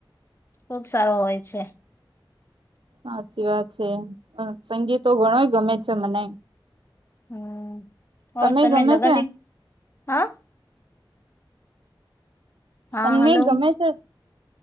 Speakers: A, on the left; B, on the right.
A: ખુબ સારો હોય છે.
B: સાચી વાત છે સંગીતો ઘણો ગમે છે મને.
A: હમ હ
B: તમે
A: તને
B: ગમે
A: લગનની
B: છે
A: હા હા
B: તમને
A: હલો?
B: ગમે છે.